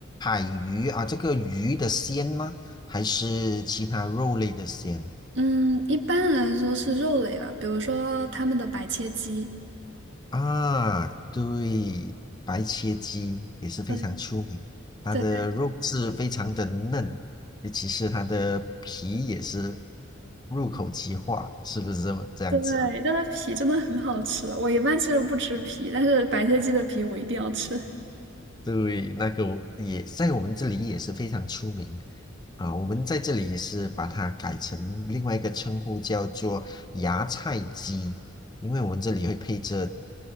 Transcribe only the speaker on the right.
嗯，一般来说是肉类吧，比如说他们的白切鸡，
对
对
对，但它皮真的很好吃。我一般其实不吃皮，但是白切鸡的皮我一定要吃。